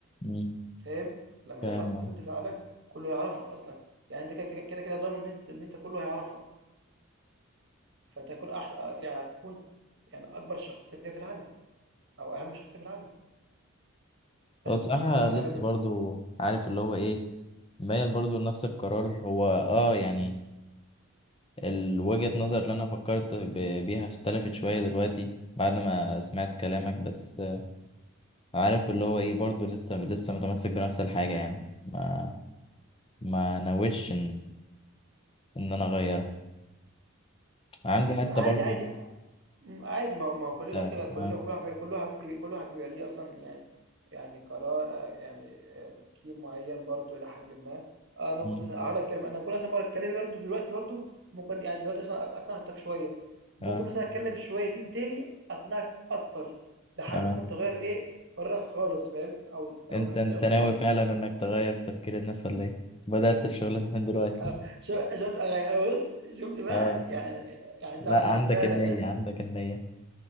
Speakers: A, on the left (about 25°); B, on the right (about 55°).
A: امم
B: فاهم؟ لمّا
A: فاهم
B: تطلع ترند
A: اه
B: في العالم كلّه يعرفك أصلًا، يعني أنت كده، كده، كده، كده ضامن إن أنت إن أنت كلّه هيعرفك، فأنت هتكون أحس يعني هتكون يعني أكبر شخصية في العالم أو أهم شخصية في العالم،
A: بس
B: بس
A: صراحة
B: فأنا
A: لسه
B: بالنسبة
A: برضو عارف اللي هو ايه مايل برضو لنفس القرار هو اه يعني ال- وجهة نظر اللي
B: إمم،
A: انا فكرت ب- بيها اختلفت شوية دلوقتي بعد ما سمعت كلامك بس آه، عارف اللي هو ايه برضو لسه لسه متمسك بنفس الحاجة يعني ما ما نويتش ان انا اغيرها عندي
B: بالض
A: حتة
B: عادي،
A: برضو
B: عادي امم، عادي ما هو ما هو كلنا
A: اه
B: كده كلنا
A: اه
B: كل واحد بي- كل واحد بي- كل واحد بيبقى ليه اصلا يعني يعني قرار آه، يعني آه، تفكير معين برضو الى حد ما آه، انا
A: مم.
B: ممكن مثلا هقول لك كلمه انا ممكن مثلا بقول اتكلم برضو دلوقتي برضو ممكن يعني دلوقتي مثلا اقنعتك شويه ممكن
A: اه
B: مثلا اتكلم شويتين تاني اقنعك اكتر لحد
A: اه
B: ممكن تغير ايه قرارك خالص فاهم او
A: انت
B: او اختيارك
A: انت
B: خالص
A: ناوي فعلا انك تغير في تفكير الناس ولا ايه بدأت الشغلانة <laughs> من دلوقتي
B: آه، شو- شفت أغي- بص شفت بقى
A: اه
B: يعني يعني انت
A: لا
B: آه،
A: عندك
B: فعلا
A: النية عندك النية